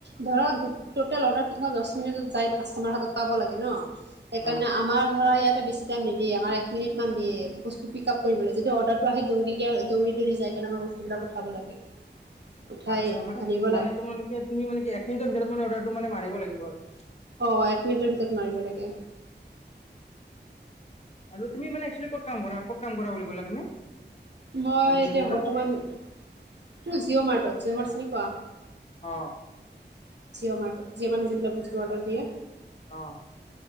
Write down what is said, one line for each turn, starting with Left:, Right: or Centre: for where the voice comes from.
Right: ধৰক টোটেল অৰ্ডাৰ দচ মিনিত কাষ্টমাৰৰ হাতত পাব লাগে ন সেইকাৰণে
Left: অ',
Right: আমাৰ ধৰা ইয়াত এতা বেছি টাইম নিদিয়ে আমাৰ এক মিনিটমান দিয়ে বস্তু পিক আপ কৰিবলৈ যদি অৰ্ডাৰটো আহে দৌৰিকে দৌৰি-দৌৰি যায়। তেনেকুৱা বস্তুবিলাক উঠাব লাগে। উঠাই
Left: আচ্ছা, মানে-মানে
Right: আনিব লাগে।
Left: তোমালোকে তুমি মানে কি এক মিনিটৰ ভিতৰত মানে অৰ্ডাৰটো মানে মাৰিব লাগিব আৰু।
Right: অ, এক মিনিটৰ ভিতৰত মাৰিব লাগে।
Left: আৰু তুমি মানে ইক্সুৱেলি ক'ত কাম কৰা ক'ত কাম কৰা বুলি কলা তুমি?
Right: মই
Left: মানে ডিউটি
Right: এতিয়া
Left: কৰা
Right: বৰ্তমান এইটো জিঅ' মাৰ্টত জিঅ' মাৰ্ট চিনি পোৱা?
Left: অ
Right: জিঅ'মৰ্ট ত জিঅ মানে যিবিলাক বস্তু অৰ্ডাৰ দিয়ে।
Left: অ',